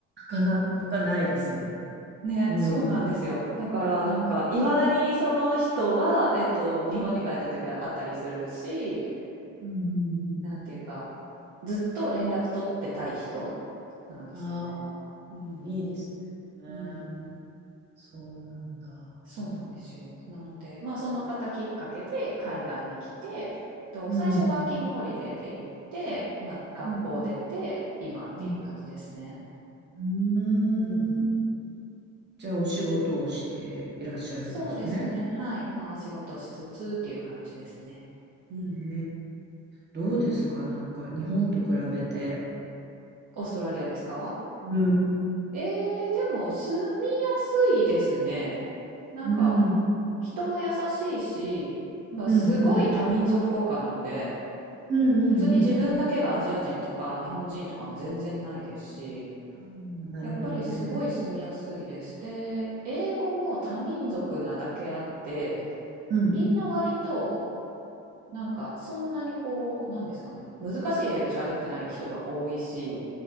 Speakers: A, on the right; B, on the right.
A: かなかないです。
B: ね、
A: うん。
B: そうなんですよ。
A: うん
B: だからなんかいまだにその人は、えっと、日本に帰った時は会ったりするし、
A: うん
B: なんていうか、ずっと連絡取ってたい人なんですよね。
A: ああ、
B: うん。
A: いいですね。
B: うん。
A: そうなんだ。
B: そうなんですよ。なので、まあその方きっかけで海外に来て、と最初ワーキングホリデーで行って、
A: うん。
B: まあ学校出て、
A: うん。
B: 今っていう感じですね。
A: うんうん。
B: うん。
A: うーんじゃあ、お仕事をしていらっしゃるんですね。
B: そうですね。はい。まあお仕事しつつっていう感じですね。うん。
A: ねどうですかなんか、日本と比べて。
B: オーストラリアですか
A: うん。
B: えー、でも住みやすいですね。なんか
A: うん。
B: 人も優しいし、まあ、
A: うん。
B: すごい多民族国家なので
A: うん。うん。うん。
B: 別に自分だけがアジア人とか日本人とかも全然ないですし
A: うんあーなるほどね。
B: やっぱりすごい住みやすいです。で英語も多民族なだけあって
A: うん。
B: みんな割となんかそんなにこうなんですかね難しい英語喋ってない人が多いし